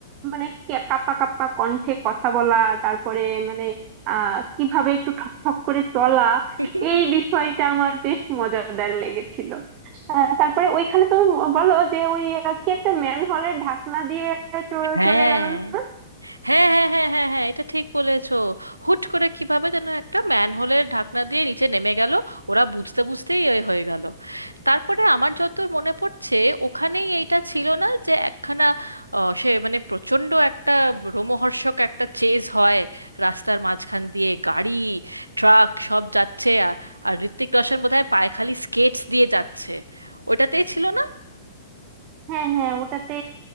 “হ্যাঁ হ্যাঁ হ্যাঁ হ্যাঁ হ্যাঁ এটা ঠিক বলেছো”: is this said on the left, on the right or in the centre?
Right